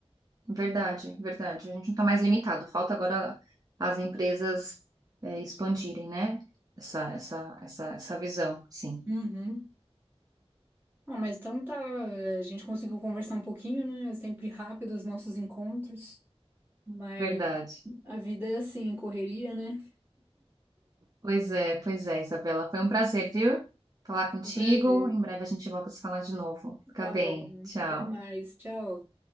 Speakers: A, on the right; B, on the right.
A: Verdade, verdade. A gente não está mais limitado. Falta agora as empresas é, expandirem, né? Essa, essa, essa, essa visão, sim.
B: Uhum. Bom, mas então tá, a gente conseguiu conversar um pouquinho, né? É sempre rápido os nossos encontros, mas
A: Verdade.
B: a vida é assim, correria, né?
A: Pois é, pois é, Isabela. Foi um prazer, viu? Falar contigo.
B: O prazer.
A: Em breve a gente volta a se falar de novo. Fica
B: Tá
A: bem.
B: bom.
A: Tchau.
B: Até mais. Tchau.